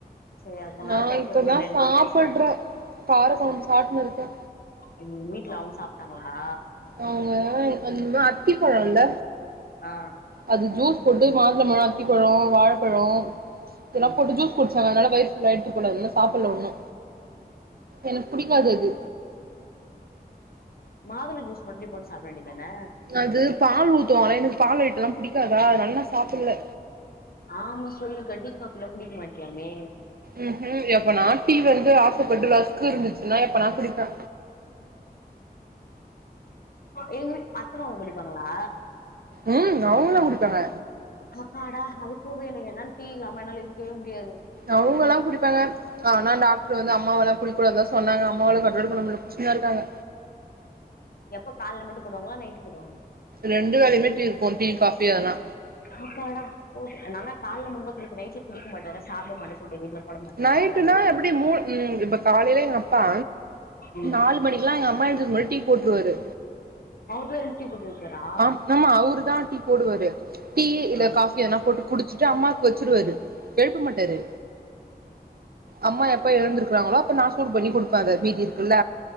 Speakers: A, on the left (about 65°); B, on the right (about 65°).
A: சே அதுக்கு மேல
B: நா
A: பேச்சு
B: இப்பதா
A: வர்தா ரெண்டு
B: சாப்புட்றே
A: மணிக் தா சாப்டே
B: கார கொழம்பு சாப்ட்டுனு இருக்கே
A: உங்க வீட்ல அவ்ங்க சாப்ட்டாங்களா
B: அவங்க வந் அத்திப்பழல்ல
A: ஆ
B: அது ஜூஸ் போட்டு மாதுளபழ அத்திப்பழ வாழப்பழ இதெல்லா
A: ம்
B: போட்டு ஜூஸ் குடிச்சாங்க அதுனால வயிறு ஃபுல்லா ஆயிட்டு போல அதனால சாப்புல ஒண்ணு எனக்கு பிடிக்காது அது
A: மாதுள ஜூஸ் ஒடனே போட்டு சாப்பிட வேண்டியதானே
B: அது பால் ஊத்துவோல எனக்கு பால் ஐட்டல்லா புடிக்காதா அதுனால நா சாப்புல்ல
A: ஆமா சொல்லு டீக்காப்பிலா குடிக்க மாட்டியாமே
B: ம்ஹீம் எப்பனா டீ வந்து ஆசப்பட்டு ரஸ்க் இருந்துச்சுன்னா எப்பனா குடிப்பே
A: ஏது அத்த மாமா குடிப்பாங்களா
B: ம் அவுங்களா குடிப்பாங்க
A: அப்பாடா அது போது எனக்கு என்னன் டீ இல்லாம என்னால இருக்கவே முடியாது
B: அவுங்கலா குடிப்பாங்க ஆனா டாக்டர் வந்து அம்மாவலா குடிக்கூடந்தா சொன்னங்க அம்மாவால கன்ட்ரோல் பண்ண முடியல குடிச்சுதா இருக்காங்க
A: எப்ப கால்ல மட்டு போடுவாங்களா நைட்டு போடுவாங்களா
B: ரெண்டு வேலயுமே டீ இருக்கு டீ காபி எதனா
A: அப்பாடா போ நால்லா கால்ல மட்டுந்தா குடிப்பே நைட்ல குடிக்க மாட்டோ சாப்புட மாட்டே சொல்டு எங்க வீட்ல போட மாட்டாங்க
B: நைட்டுனா
A: எனக்கு அது
B: எப்புடி மூ இப்ப காலயில எங்கப்பா
A: ம்
B: நாலு மணிக்குலா எங்க அம்மா எந்திரிக்க முன்னாடி டீ போட்ருவாரு
A: அவரு தா எழுந்து டீ போட்டுவப்பாரா
B: ஆ ஆமா அவரு தா டீ போடுவாரு டீ இல்ல
A: ஆ
B: காஃபி எதுனா போட்டு குடுச்சுட்டு அம்மாக்கு வச்சிருவாரு எழுப்ப மாட்டாரு அம்மா எப்ப எழுந்திருக்கிறாங்களோ அப்ப நா சூடு பண்ணி குடுப்பே அத மீதி இருக்குல்ல